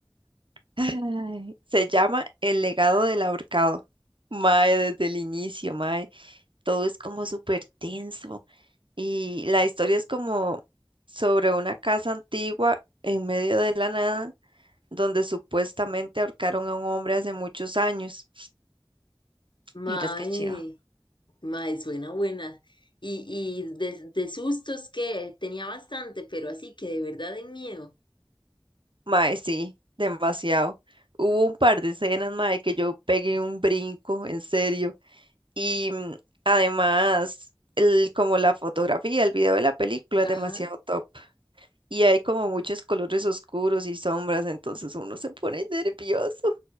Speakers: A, on the right (about 80°); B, on the left (about 70°).
A: Ay, se llama El legado del ahorcado. Mae, desde el inicio, mae, todo es como súper tenso. Y la historia es como sobre una casa antigua en medio de la nada, donde supuestamente ahorcaron a un hombre hace muchos años.
B: Mae,
A: Miras qué chiva.
B: mae, suena buena. Y, y de, de sustos que tenía bastante, pero así que de verdad en miedo.
A: Mae, sí, demasiado. Hubo un par de escenas, mae, que yo pegué un brinco, en serio. Y mm, además, el, como la fotografía, el video de la película
B: Ajá.
A: es demasiado top. Y hay como muchos colores oscuros y sombras, entonces uno se pone nervioso.